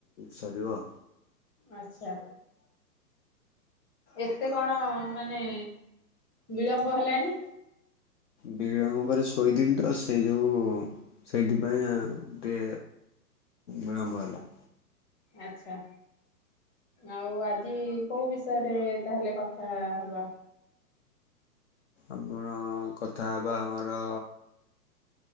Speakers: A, on the left; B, on the left.
A: ସରିବ।
B: ଆଛା ଏତେ କଣ ମାନେ ବିଳମ୍ବ ହେଲାଣି।
A: ବିଳମ୍ବ ବଲେ ଶୋଇଥିଲି ତ ସେଇ ଯୋଗୁ ସେଇଥିପାଇଁ ଆଁ- ଟିକେ ବିଳମ୍ବ ହେଲା।
B: ଆଚ୍ଛା। ଆଉ ଆଜି କଉ ବିଷୟରେ ତାହେଲେ କଥା ହବା?
A: ଆପଣ କଥା ହବା ଆମର